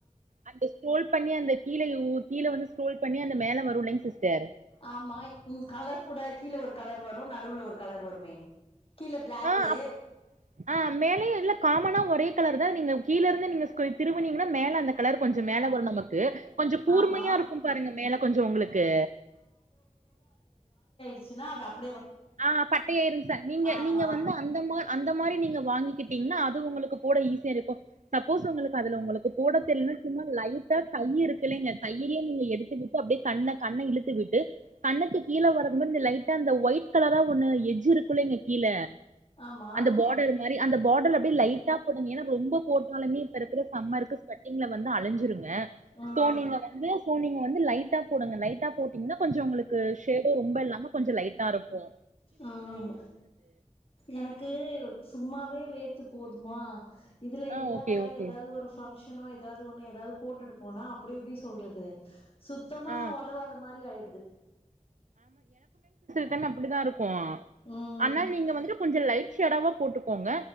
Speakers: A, on the right; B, on the left.
A: அந்த ஸ்க்ரோல் பண்ணி அந்த கீழ உ கீழ வந்து ஸ்க்ரோல் பண்ணி அந்த மேல வரும்லைங்க சிஸ்டர்
B: ஆமா இங் கலர் கூட கீழ ஒரு கலர் வரு நடுவுல ஒரு கலர் வருமே கீழ பிளாக்கு
A: ஆ அப் ஆ மேலயு இல்ல காமனா ஒரே கலர்தா நீங்க கீழ இருந்து நீங்க ஸ் திருவுனீங்கன்னா மேல அந்த கலர் கொஞ்சோ மேல வரு நமக்கு கொஞ்சோ கூர்மையாயிருக்கும்
B: ஆமா
A: பாருங்க மேல கொஞ்சோ உங்களுக்கு
B: ச்சின்னா <unintelligible>
A: ஆஹ் பட்டையாயிரு சா நீங்க
B: ஆமா
A: நீங்க வந்து அந்தமார் அந்த மாரி நீங்க வாங்கிக்கிட்டீங்னா அது உங்களுக்கு போட ஈஸியா இருக்கு சப் சப்போஸ் உங்களுக்கு அதுல உங்களுக்கு போடத் தெரிலான சும்மா லைட்டா கை இருக்கல்லைங்க கையிலியே நீங்க எடுத்து விட்டு <unintelligible> அப்டியே கண்ண-கண்ண இழுத்து விட்டு கண்ணுக்கு கீழ வரது மட்டு இந்த லைட்டா அந்த ஒயிட் கலரா ஒண்ணு எஜ்ஜு இருக்குல்லைங்க கீழ
B: ஆமா
A: அந்த பார்டர் மாரி அந்த பார்டர் அப்டியே லைட்டா போடுங்க ஏன்னா ரொம்ப போட்டாலுமே இப்ப இருக்குற சம்மருக்கு ஸ்வெட்டிங்குல வந்து அழஞ்சுருங் ல
B: ம்
A: சோ நீங்க வந்து சோ நீங்க வந் து லைட்டா போடுங்க லைட்டா போட்டீங்னா கொஞ்சோ உங்களுக்கு ஷேடு ரொம்ப இல்லாம கொஞ்சோ லைட்டா இருக் புவா
B: ஆஹ் எனக்கு சும்மாவே வேத்து போதுமா இதுல இதெல்லா
A: ஆ ஓகே
B: வேற
A: ஓகே
B: எதாவது ஒரு ஃபங்க்ஷன் ஏதாவது ஒண்ணும் ஏதாவது போட்டுட்டு போனா அப்படி இப்படி சொல்றது சுத்தமா
A: ஆ
B: உதவாத மாரி ஆயிடுது
A: <unintelligible> அப்டி தான் இருக்கும்
B: ம்
A: ஆனால் நீங்க வந்துட்டு கொஞ்சம் லைட் டவா போட்டுக்கோங்க